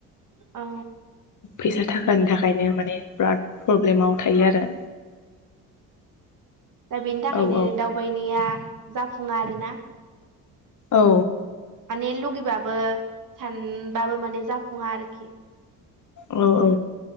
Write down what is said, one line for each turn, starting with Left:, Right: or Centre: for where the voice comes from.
Right: औ
Left: फैसा थाखानि थाखायनो माने बिराद प्रब्लेमाव थायो आरो
Right: दा बेनि थाखायनो
Left: औ औ
Right: दावबायनाया जाफुं फुङा आरोना
Left: औ।
Right: माने लुगैबाबो सानबाबो माने जाफुङा आरोखि
Left: औ औ